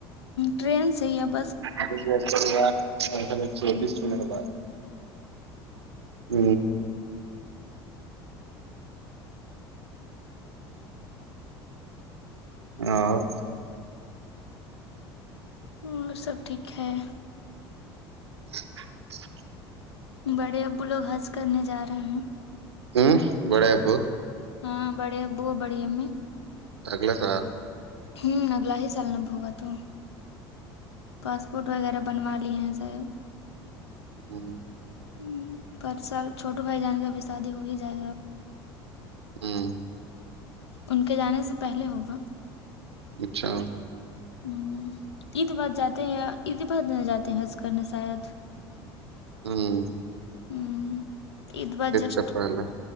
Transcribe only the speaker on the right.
ا جی چان پ چوبیس منٹ بات ہ اور
<inaudible>
ہوں بڑےبو
اگلے سال
ہ
ہوں
اچھا
ہاں
سے پہلے